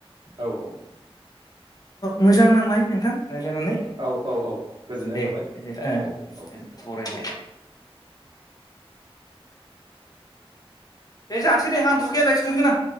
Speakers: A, on the right; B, on the left.
A: औ औ
B: मोजां नांबाय नोंथां रायज्लायनानै
A: औ औ औ गोजोननाय
B: दे
A: थाबाय
B: बिदि ओ
A: औ
B: दे
A: औ
B: बरायबाय दे जानोसै दे आं दुगैया दायोसो दुगैगोन आं